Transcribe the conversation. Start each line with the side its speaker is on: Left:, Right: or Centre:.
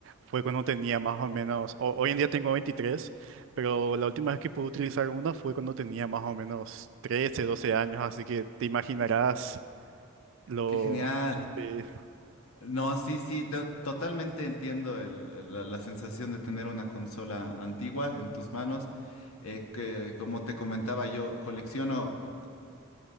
Right: fue cuando tenía más o menos, ho- hoy en día tengo 23, pero la última vez que pude utilizar una fue cuando tenía más o menos 13, 12 años, así que te imaginarás lo...
Left: Qué genial.
Right: Sí,
Left: No, sí, sí, to- totalmente entiendo el- el- la, la sensación de tener una consola antigua en tus manos. Eh, que, como te comentaba, yo colecciono eh,